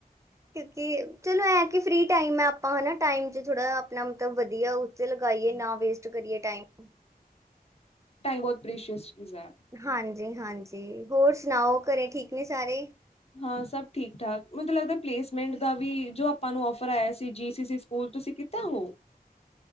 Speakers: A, on the right; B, on the left.
A: ਕਿਉਂਕਿ ਚਲੋ ਐਂ ਕਿ ਫਰੀ ਟਾਈਮ ਹੈ ਆਪਾਂ ਹੈ ਨਾ, ਟਾਈਮ 'ਚ ਥੋੜ੍ਹਾ ਆਪਣਾ ਮਤਲਬ ਵਧੀਆ ਉੱਚੇ ਲਗਾਈਏ ਨਾ ਵੇਸਟ ਕਰੀਏ ਟਾਈਮ।
B: ਟਾਈਮ ਬਹੁਤ ਪ੍ਰੇਸ਼ੀਅਸ ਚੀਜ਼ ਹੈ।
A: ਹਾਂਜੀ-ਹਾਂਜੀ ਤੇ, ਹੋਰ ਸੁਣਾਓ ਘਰੇ ਠੀਕ ਨੇ ਸਾਰੇ
B: ਹਾਂ ਸਭ ਠੀਕ-ਠਾਕ ਮੈਨੂੰ ਲੱਗਦਾ ਪਲੇਸਮੈਂਟ ਦਾ ਵੀ ਜੋ ਆਪਾਂ ਨੂੰ ਔਫਰ ਆਇਆ ਸੀ ਜੀ ਸੀ ਸੀ ਸਕੂਲ ਤੁਸੀਂ ਕੀਤਾ ਹੋ